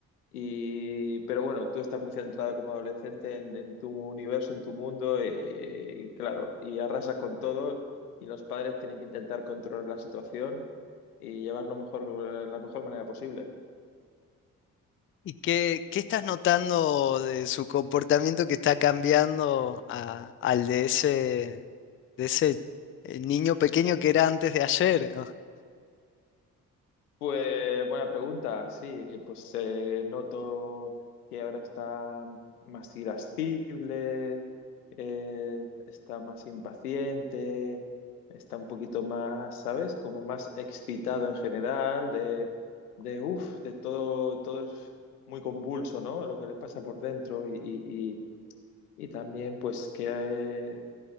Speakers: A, on the left; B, on the left.
A: Y, pero bueno, tú estás muy centrado como adolescente en, en tu universo, en tu mundo, eh, y claro, y arrasas con todo y los padres tienen que intentar controlar la situación y llevarlo mejor, la mejor manera posible.
B: ¿Y qué, qué estás notando de su comportamiento que está cambiando a- al de ese, de ese eh, niño pequeño que era antes de ayer? ¿no?
A: Pues buena pregunta, sí, pues eh, noto que ahora está más irascible, eh, está más impaciente, está un poquito más, ¿sabes? Como más excitado en general, de, de uff, de todo, todo es muy convulso, ¿no? Lo que le pasa por dentro y, y- y- y también pues que, eh,